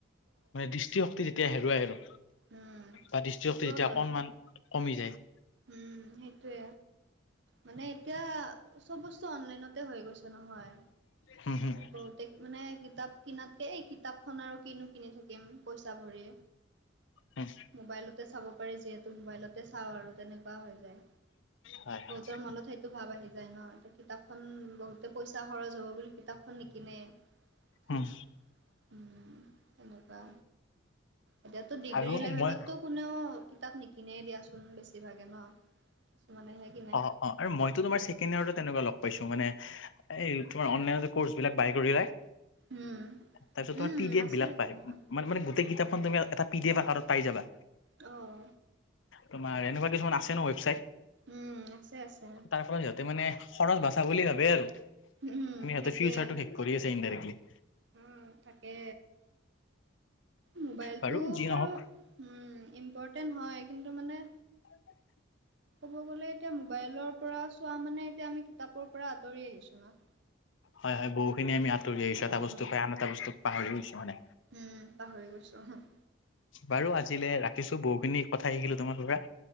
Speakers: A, on the left; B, on the right.
A: মানে দৃষ্টিশক্তি যেতিয়া হেৰুৱাই আৰু।
B: উম
A: বা দৃষ্টিশক্তি
B: সেইটোও
A: যেতিয়া
B: হয়
A: অকনমান কমি যায়।
B: উম সেইটোৱে। মানে এতিয়া চব বস্তু অনলাইনতে হৈ গৈছে নহয়।
A: হুম হুম।
B: বহুতে মানে কিতাপ কিনাতকে এই কিতাপখন আৰু কিনো কিনি থাকিম। পইচা ভৰি
A: হুম
B: মোবাইলতে চাব পাৰি যিহে তু মোবাইলতে চাওঁ আৰু তেনেকুৱা হৈ যায়।
A: হয়
B: বহুতৰ
A: হয়
B: মনত সেই টো ভাব আহি যায় ন এতিয়া কিতাপখন বহুতে পইচা খৰচ হ'ব বুলি কিতাপখন নিকিনে। হোঁ
A: হুম
B: উম, তেনেকুৱা এতিয়াতো ডিগ্ৰী
A: আৰু
B: লেভেলতটো
A: মই
B: কোনেও কিতাপ নিকিনে দিয়াচোন বেছিভাগে ন? কিছুমানেহে কিনে
A: অ অ আৰু মইতো তোমাৰ ছেকেণ্ড ইয়েৰটো তেনেকুৱা লগ পাইছোঁ মানে এই তোমাৰ অনলাইনতে কৌৰ্চ বিলাক বায় কৰি লয়।
B: উম
A: তাৰপিছত
B: উম
A: তোমাৰ পি ডি
B: আছে
A: এফ বিলাক
B: তেনেকুৱা।
A: পায় মানে মানে গো গোটেই কিতাপখন তুমি এটা পি ডি এফ আকাৰত পাই যাবা।
B: অহ।
A: তোমাৰ এনেকুৱা কিছুমান আছে ন ৱেবচাইট।
B: উম আছে আছে।
A: তাৰ ফলত সিহঁতে মানে খৰচ বাচা বুলি ভাবে আৰু কিন্তু
B: উম,
A: সিহঁতে
B: সেইটোৱে
A: ফিউচাৰটো শেষ কৰি আছে ইনদাইৰেকলী।
B: উম তাকে, মোবাইলটো
A: বাৰু যি নহওক
B: বাৰু উম ইম্পৰ্টেণ্ট হয় কিন্তু মানে
A: <unintelligible>
B: ক'ব গ'লে এতিয়া মোবাইলৰ পৰা চোৱা মানে এতিয়া আমি কিতাপৰ পৰা আঁতৰি আহিছোঁ না।
A: হয় হয় বহুখিনি আমি আঁতৰি আহিছোঁ
B: উম,
A: এটা বস্তু পাই আন এটা বস্তু পাহৰি গৈছোঁ মানে।
B: উম পাহৰি গৈছোঁ উমহ।
A: বাৰু আজিলে ৰাখিছোঁ বহুখিনি কথা শিকিলোঁ তোমাৰ পৰা।